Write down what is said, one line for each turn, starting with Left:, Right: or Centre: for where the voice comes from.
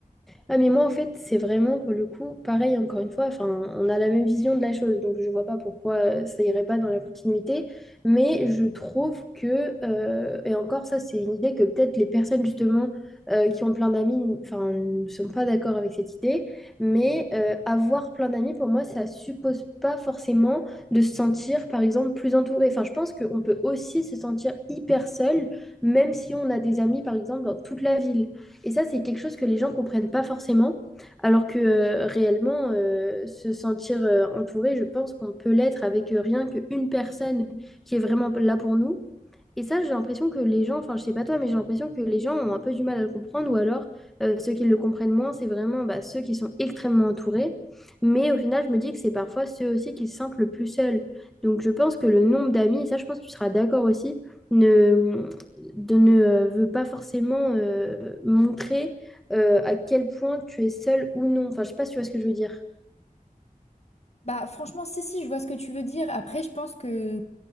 Centre: Ah, mais moi, en fait, c'est vraiment, pour le coup, pareil, encore une fois, enfin, on a la même vision de la chose, donc je vois pas pourquoi euh, ça irait pas dans la continuité, mais je trouve que, euh, et encore ça, c'est une idée que peut-être les personnes, justement, euh, qui ont plein d'amis, enfin, ne sont pas d'accord avec cette idée, mais euh, avoir plein d'amis, pour moi, ça suppose pas forcément de se sentir, par exemple, plus entouré. Enfin, je pense qu'on peut aussi se sentir hyper seul, même si on a des amis, par exemple, dans toute la ville. Et ça, c'est quelque chose que les gens comprennent pas forcément, alors que euh, réellement, euh, se sentir euh, entouré, je pense qu'on peut l'être avec euh, rien qu'une personne qui est vraiment là pour nous. Et ça, j'ai l'impression que les gens, enfin, je sais pas toi, mais j'ai l'impression que les gens ont un peu du mal à le comprendre, ou alors euh, ceux qui le comprennent moins, c'est vraiment bah, ceux qui sont extrêmement entourés. Mais au final, je me dis que c'est parfois ceux aussi qui se sentent le plus seuls. Donc, je pense que le nombre d'amis, et ça, je pense que tu seras d'accord aussi, ne, de, ne euh, veut pas forcément euh, montrer euh, à quel point tu es seul ou non. Enfin, je sais pas si tu vois ce que je veux dire.
Left: Bah franchement, si, si, je vois ce que tu veux dire. Après, je pense que